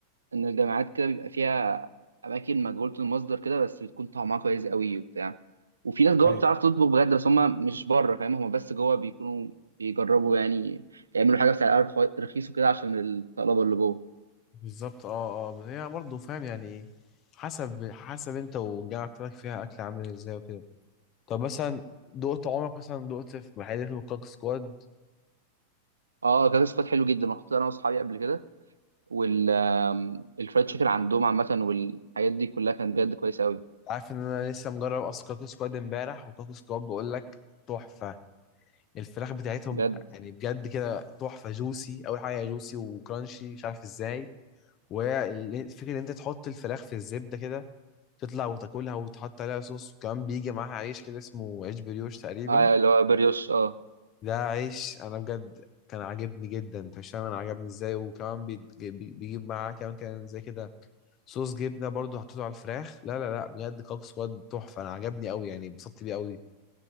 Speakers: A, on the right; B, on the left.
A: ان الجامعات كده بيبقى فيها اماكن مجهوله المصدر كده بس بتكون طعمها كويس قوي وبتاع وفي ناس جوه
B: يعني
A: بتعرف تطبخ بجد بس هم مش بره فاهم هم بس جوه بيكونوا بيجربوا يعني يعملوا حاجه بسعر رخيص وكده عشان الطلبه اللي جوه
B: بالظبط اه اه بس هي برضه فاهم يعني ايه حسب حسب انت والجامعة بتاعتك فيها اكل عامل ازاي وكده طب مثلا دقت عمرك مثلا دقت في محل اسمه كاك سكواد
A: اه آه، كان سكوت حلو جدا رحت انا واصحابي قبل كده والفرايد تشيكن عندهم عامه والحاجات دي كلها كانت بجد كويسه قوي
B: عارف ان انا لسه مجرب اصلا كاك سكواد امبارح وكاك سكواد بقول لك تحفة الفراخ بتاعتهم
A: بجد
B: يعني بجد كده تحفة جوسي اول حاجة جوسي وكرانشي مش عارف ازاي وفكرة ان انت تحط الفراخ في الزبدة كده تطلع وتاكلها وتحط عليها صوص وكمان بيجي معاها عيش كده اسمه عيش بريوش تقريبا
A: اه اللي هو بريوش اه
B: ده عيش انا بجد كان عاجبني جدا انت مش فاهم انا عجبني ازاي وكمان بيت- بي- بيجيب معاه كمان كان زي كده صوص جبنه برضو حطيته على الفراخ لا لا لا بجد كوك سواد تحفه انا عجبني قوي يعني اتبسطت بيه قوي